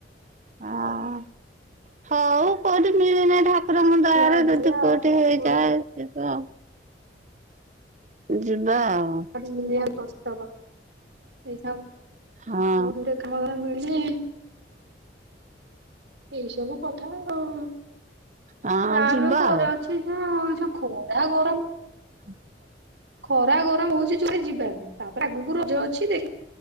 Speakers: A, on the right; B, on the right.
A: ହଅଁ ହଉ କୋଉଁଠି ମିଳିନେ ଢକ ଠାକୁରଙ୍କ
B: ସବୁ
A: ଦୟା
B: ଅବହେଳା
A: ରେ ଯଦି କଉଠେ
B: ଆଉ।
A: ହେଇଯାଏ
B: କୋଉଠି
A: ଯିବ। ଯିବା ଆଉ
B: ଆଯି ମୂଳିଆଙ୍କୁ କଷ୍ଟ ହବ। <unintelligible>
A: ହଁ
B: କଉଠି ଗୋଟେ କାମ ଧର ମିଳିଲେ ଏଇ ସବୁ କଥା ଆଉ
A: ହଁ
B: ଯାହା
A: ଯିବା
B: ବି ହଉ ଘରେ
A: ଆଉ
B: ଅଛି <unintelligible> ଖରା ଗରମ
A: ଟ୍ରାନ୍ସକ୍ରିପସନ କଲୁ
B: ଖରା ଗରମ ହଉଛି ଯୋରେ ଯିବା ପାଇଁ ତାପରେ ଆଗକୁ ରଜ ଅଛି ଦେଖିବା